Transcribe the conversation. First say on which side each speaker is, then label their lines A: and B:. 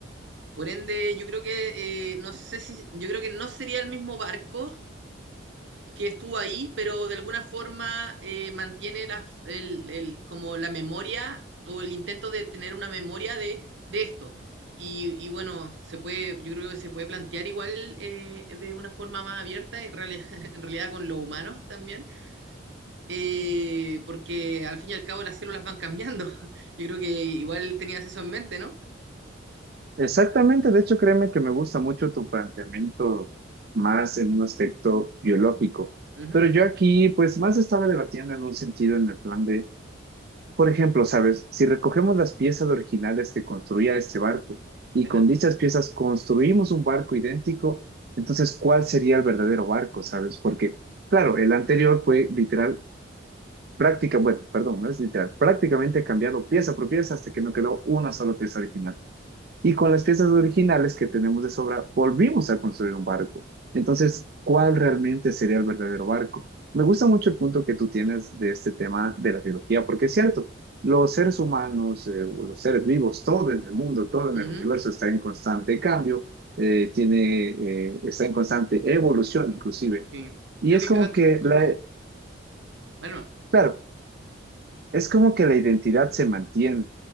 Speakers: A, on the right (about 70°); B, on the right (about 50°).
A: Por ende, yo creo que eh, no sé si, yo creo que no sería el mismo barco, que estuvo ahí, pero de alguna forma eh, mantiene la, el, el- como la memoria o el intento de tener una memoria de, de esto. Y, y bueno, se puede, yo creo que se puede plantear igual eh, de una forma más abierta, en reali- <laughs> en realidad con los humanos también, eh, porque al fin y al cabo las células van cambiando. <laughs> Yo creo que igual tenías eso en mente, ¿no?
B: exactamente, de hecho, créeme que me gusta mucho tu planteamiento más en un aspecto biológico,
A: Ujú,
B: pero yo aquí, pues, más estaba debatiendo en un sentido en el plan de... Por ejemplo, ¿sabes? Si recogemos las piezas originales que construía este barco y
A: ajá,
B: con dichas piezas construimos un barco idéntico, entonces, ¿cuál sería el verdadero barco? ¿Sabes? Porque, claro, el anterior fue literal, práctica, bueno, perdón, no es literal, prácticamente cambiado pieza por pieza hasta que no quedó una sola pieza original. Y con las piezas originales que tenemos de sobra, volvimos a construir un barco. Entonces, ¿cuál realmente sería el verdadero barco? Me gusta mucho el punto que tú tienes de este tema de la biología, porque es cierto, los seres humanos, eh, o los seres vivos, todo en el mundo, todo en
A: ujú,
B: el universo está en constante cambio, eh, tiene, eh, está en constante evolución inclusive.
A: sí.
B: Y
A: Creo
B: es
A: que
B: como
A: cada...
B: que,
A: Disculpa.
B: la,
A: Bueno,
B: claro, es como que la identidad se mantiene,